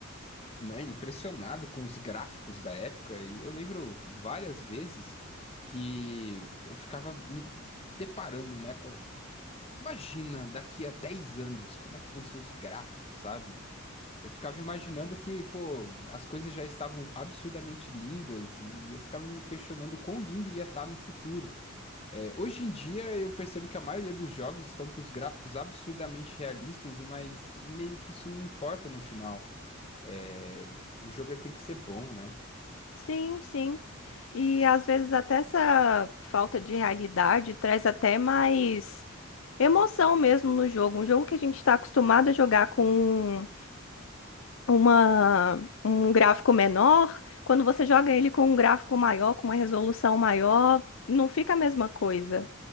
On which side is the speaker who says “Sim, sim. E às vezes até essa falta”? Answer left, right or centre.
Left